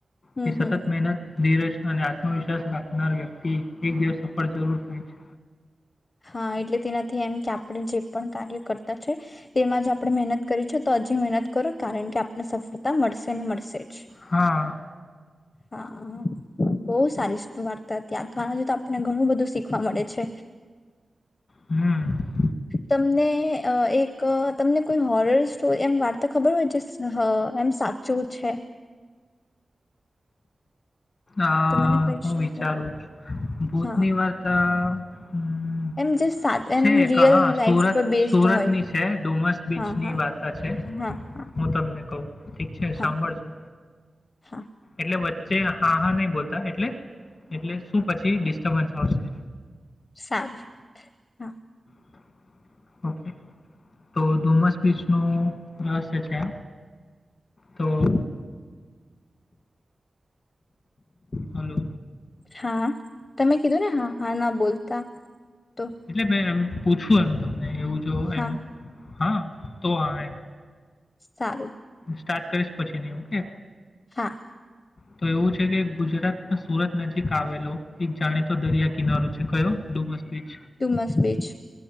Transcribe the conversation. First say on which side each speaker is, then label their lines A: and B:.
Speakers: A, on the left; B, on the left.
A: હમ
B: કે સતત
A: હમ
B: મહેનત ધીરજ અને આત્મવિશ્વાસ રાખનાર વ્યક્તિ એક દિવસ સફળ જરૂર થાય છે.
A: હા એટલે તેનાથી એમ કે આપણે જે પણ કાર્ય કરતા છે તેમાં જ આપણે મહેનત કરી છે તો હજી મહેનત કરો કારણ કે આપને સફળતા મળશે ને મળશે. જ
B: હા.
A: હા બો સારી સ વાર્તા હતી આ તો આનાથી તો આપને ઘણું બધું શીખવા મળે છે.
B: હમ્મ.
A: તમને અ એક તમને કોઈ હોરર સ્ટોરી એમ વાર્તા ખબર હોય છે એમ સાચું છે.
B: અ
A: તો મને કહી
B: હું
A: શકો
B: વિચારું છું ભૂતની
A: હા
B: વારતા હમ્મ
A: એમ જે સાદું એમ
B: છે એક
A: રિયલ
B: હા
A: લાઈફ
B: સુરત
A: પર બેઝડ
B: સુરતની
A: હોય
B: છે ડુમસ બીચની
A: હા હા
B: વાર્તા છે
A: હા હા
B: હું તમને કઉ. ઠીક છે
A: હા
B: સાંભળજો
A: હા
B: એટલે વ <unintelligible> હા હા નહીં બોલતા એટલે એટલે શું પછી ડી તમન થાવસે
A: સારું હા.
B: <inaudible> ઓ કે તો ધુમસ બીચનું રહસ્ય છે આ. તો હાલો.
A: હા તમે કીધું ને હા હા ના બોલતા. તો
B: એટલે મે એમ પૂછું એમ તો ને એવું જો
A: હા
B: એમ હા તો આએ
A: સારું
B: સ્ટાર્ટ કરીશ પછી નિયુ હું કે
A: હા
B: તો એવું છે કે ગુજરાત સુરત નજીક આવેલો એક જાણીતો દરિયા કિનારો છે કયો ડુમસ બીચ
A: ડુમસ બીચ